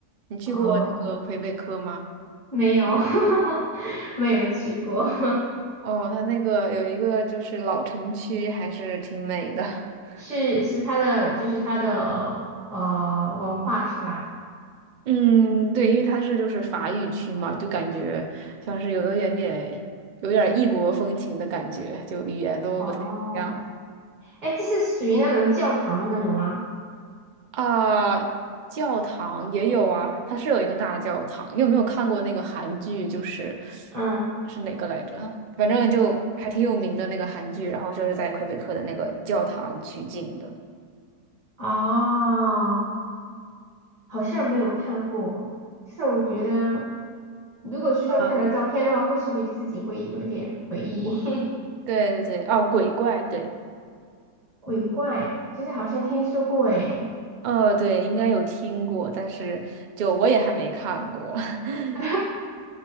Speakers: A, on the right (about 70°); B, on the right (about 25°).
A: 你去过那个魁北克吗？
B: 哦，没有，<laughs> 没有去过。<laughs>
A: 哦，它那个有一个就是老城区，还是挺美的。<laughs>
B: 是是他的，就是他的呃文化是吧？
A: 嗯，对，因为它是就是法语区嘛，就感觉像是有有一点点有点异国风情的感觉，就语言都不太一样。
B: 哦，哎，这是属于那种教堂的那种吗？
A: 啊，教堂也有啊，它是有一个大教堂。你有没有看过那个韩剧？就是
B: 嗯，
A: 是哪个来着啊？反正就还挺有名的那个韩剧，然后就是在魁北克的那个教堂取景的。
B: 哦，好像没有看过。是我觉得，如果是说看到照片的话，
A: 呃，
B: 或许会自己会有一点回忆。<laughs>
A: 对对对，哦，鬼怪，对，
B: 鬼怪，其实好像听说过哎。
A: 哦对，应该有听过，但是就我也还没看过。<laughs>
B: <laughs>